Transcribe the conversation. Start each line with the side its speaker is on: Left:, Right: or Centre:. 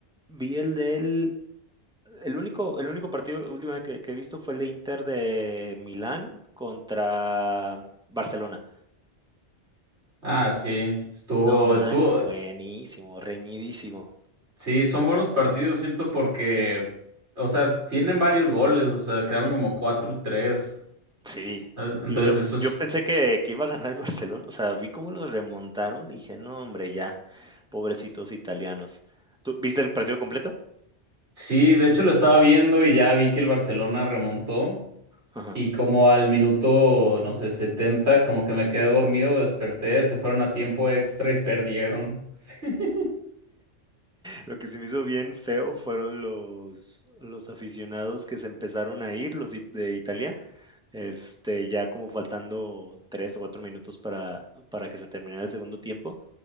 Centre: vi el del, el único, el único partido última que, que he visto fue el de Inter de Milán contra Barcelona.
Right: Ah, sí. Estuvo,
Centre: No manches,
Right: estuvo.
Centre: buenísimo, reñidísimo.
Right: Sí, son buenos partidos, siento, porque, o sea, tienen varios goles, o sea, quedaron como cuatro tres,
Centre: Sí,
Right: ¿sabes?
Centre: yo,
Right: Entonces,
Centre: yo,
Right: eso es...
Centre: yo pensé que, que iba a ganar el Barcelona, o sea, vi cómo los remontaron y dije, no, hombre, ya, pobrecitos italianos. ¿Tú viste el partido completo?
Right: Sí, de hecho lo estaba viendo y ya vi que el Barcelona remontó
Centre: Ajá.
Right: y como al minuto, no sé, 70 como que me quedé dormido, desperté, se fueron a tiempo extra y perdieron. <laughs>
Centre: Lo que se me hizo bien feo fueron los, los aficionados que se empezaron a ir, los i- de Italia, este, ya como faltando tres o cuatro minutos para, para que se terminara el segundo tiempo,